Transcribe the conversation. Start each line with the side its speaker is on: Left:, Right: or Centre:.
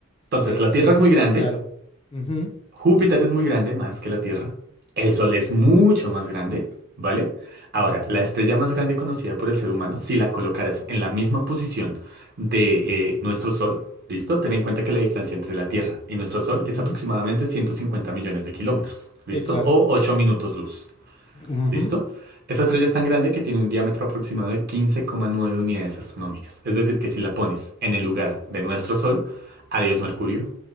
Right: Entonces,
Left: Pero
Right: la
Left: sí,
Right: Tierra es muy grande.
Left: claro. Ujú,
Right: Júpiter es muy grande, más que la Tierra. El Sol es mucho más grande, ¿vale? Ahora,
Left: ujú,
Right: la estrella más grande conocida por el ser humano, si la colocaras en la misma posición de eh, nuestro Sol, ¿listo? Ten en cuenta que la distancia entre la Tierra y nuestro Sol
Left: ujú,
Right: es aproximadamente 150 millones de kilómetros, ¿listo?
Left: Sí, claro.
Right: O 8 minutos luz,
Left: Ujú.
Right: ¿listo? Esta estrella es tan grande que tiene un diámetro aproximado de 15,9 unidades astronómicas. Es decir, que si la pones en el lugar de nuestro Sol, adiós Mercurio,